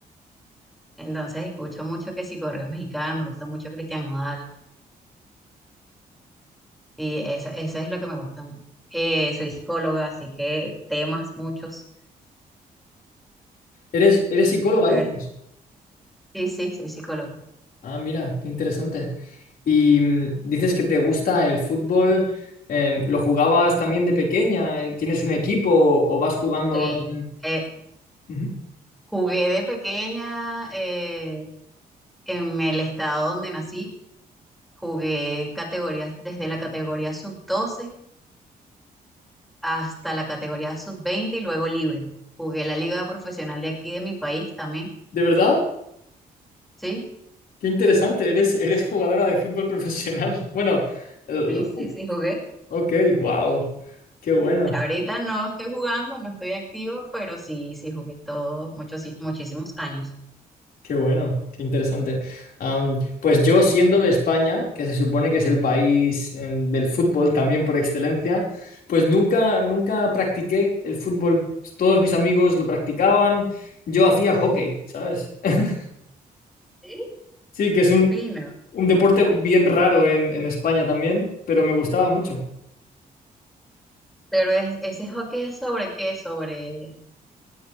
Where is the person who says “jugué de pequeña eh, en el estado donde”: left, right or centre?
Centre